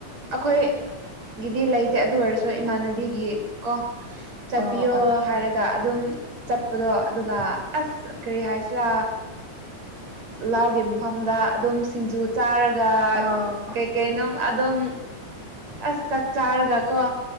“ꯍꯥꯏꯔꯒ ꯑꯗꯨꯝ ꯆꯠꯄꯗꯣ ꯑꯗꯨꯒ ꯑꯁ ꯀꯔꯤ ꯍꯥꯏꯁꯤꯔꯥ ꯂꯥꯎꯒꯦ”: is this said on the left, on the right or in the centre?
Right